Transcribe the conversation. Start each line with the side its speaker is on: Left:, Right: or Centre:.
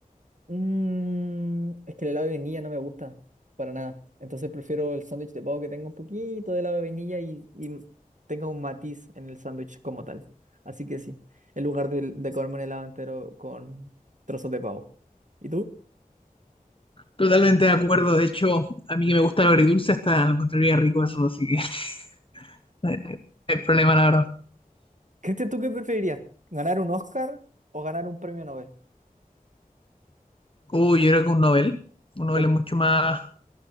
Right: mm, es que el helado de vainilla no me gusta para nada, entonces prefiero el sándwich de pavo que tenga un poquito de helado de vainilla y, y tenga un matiz en el sándwich como tal. Así que sí, en lugar de, de comerme un helado entero con trozos de pavo. ¿Y tú?
Left: Totalmente de acuerdo. De hecho, a mí que me gusta lo agridulce hasta lo encontraría rico eso, así que <laughs> no hay no hay- no problema, la verdad.
Right: Cristian, ¿tú qué preferirías? ¿Ganar un Oscar o ganar un premio Nobel?
Left: Uy, yo creo que un novel. Un novel
Right: Pero,
Left: es mucho más,